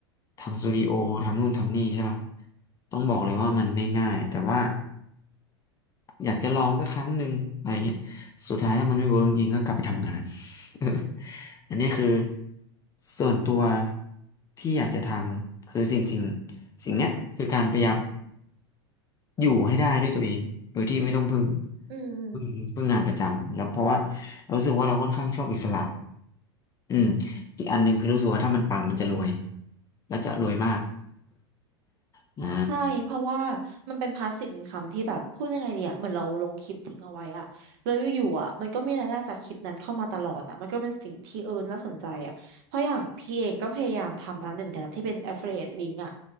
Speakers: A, on the left (about 25°); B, on the right (about 60°).
A: ทำสตูดิโอทำนู่นทำนี่ใช่ป่ะต้องบอกเลยว่ามันไม่ง่าย แต่ว่าอยากจะลองสักครั้งหนึ่งอะไรเงี้ยสุดท้ายถ้ามันไม่เวิร์กจริงก็กลับไปทำงาน <laughs> อันเนี้ยคือส่วนตัวที่อยากจะทำคือสิ่งสิ่งสิ่งเนี้ยคือการพยายามอยู่ให้ได้ด้วยตัวเอง โดยที่ไม่ต้องพึ่ง
B: อืม
A: พึ่งพึ่งงานประจำแล้วเพราะว่าเรารู้สึกว่าเราค่อนข้างชอบอิสระ อืมอีกอันหนึ่งคือรู้สึกว่าถ้ามันปังมันจะรวยแล้วจะรวยมาก <laughs> อ่า
B: ใช่เพราะว่ามันเป็นพาสซีฟอินคัมที่แบบพูดยังไงดีอะเหมือนเราลงคลิปทิ้งเอาไว้อะแล้วอยู่ๆอะมันก็มีรายได้จากคลิปนั้นเข้ามาตลอดอะมันก็เป็นสิ่งที่เออน่าสนใจอะเพราะอย่างพี่เองก็พยายามทำอันหนึ่งเหมือนกันนะที่เป็น affiliate link อะ